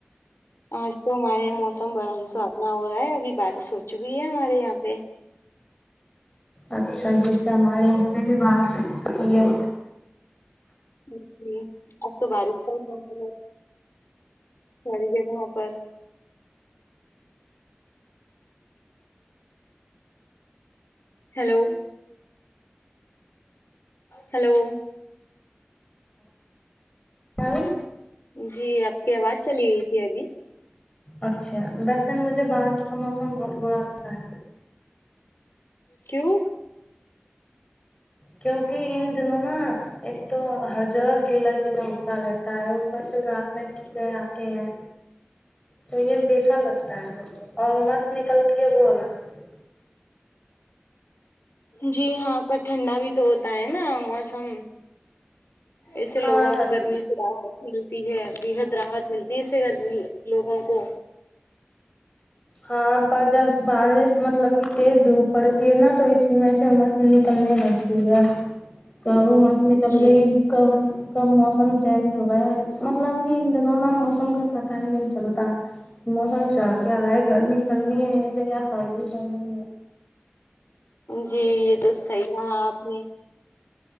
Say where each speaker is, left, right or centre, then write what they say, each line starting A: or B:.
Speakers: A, on the left; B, on the left.
A: آج تو ہمارے یہاں موسم بڑا ہی سافنا ہو رہا ہے ابھی بارش ہو چکی ہے ہمارے یہاں پہ
B: اچھا جی چماری ہم نہ بھی بارش ہو چکی ہے
A: پوچھ لیہ اب تمہارا پاس <unintelligible> مو کلور ساری جگہوں پر ہیلو ہیلو
B: <unintelligible>
A: جی آپ کی آواز چلی گئی تھی ابھی
B: اچھا ویسن مجھے بارش کا موسم بہت برا لگتا ہے
A: کیوں
B: کیونکہ ان دنوں نا ایک تو ہر جگہ گیلا گیلا ہوتا رہتا ہے اوپر رات میں گھر ا کے ہے تو یہ بیسر لگتا ہے اور امس نکلتی ہے وہ الگ سے۔
A: جی ہاں پر ٹھنڈا بھی تو ہوتا ہے نا موسم ایسے لوگوں
B: ہاں ٹھنڈ
A: کو گرمی راحت ملتی ہے بےحد راحت ملتی اس سے لوگوں کو
B: ہاں پر جب ببارش مطلب کہ تاز دو پڑتی ہے نا تو اسی میں سے اواز نکلنے لگتی ہے کہ بس مئی کم
A: جی
B: ریٹ ک وہ کب موسم چینج ہو گیا مطلب کہ ان دنوں موسم کا پتہ ہی نہیں چلتا موسم چار چار ائے گرم پڑ رہی ہے ایسے یا سردی پڑ رہی ہے
A: جی یہ تو صحیح کھا آپ نے